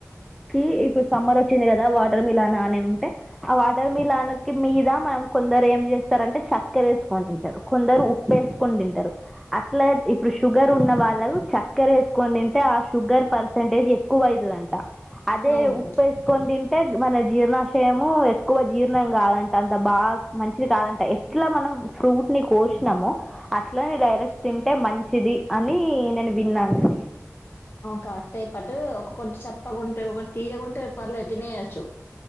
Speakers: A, in the centre; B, on the left.
A: కి ఇప్పుడు సమ్మర్ వచ్చింది కదా వాటర్ మిల్ అన అని ఉంటే ఆ వాటర్ మిల్ కి మీద మనం కొందరు ఏం చేస్త రంటే చక్కెర వేసుకొని తింటారు కొందరు ఉప్పు వేసుకొని తింటారు అట్లా ఇప్పుడు షుగర్ ఉన్న వాళ్ళకు చక్కర వేసుకని తింటే ఆ షుగర్ పర్సంటేజ్ ఎక్కువ అవుతుందంట అదే
B: అవును
A: ఉప్పు వేస్కొ ఇం అంటే మన జీర్ణాశయము ఎక్కువ జీర్ణం కాదంట అంత బాగా మంచిది కాదంట ఎట్లా మనం ఫ్రూట్ ని కోసినాము అట్లనే డైరెక్స్ తింటే మంచిది అని నేను విన్నానండి
B: కట్ అయి పాటు ఒక కొటి చప్పకుంటే ఒకటి తీయకుంటే పర్లే తినేయొచ్చు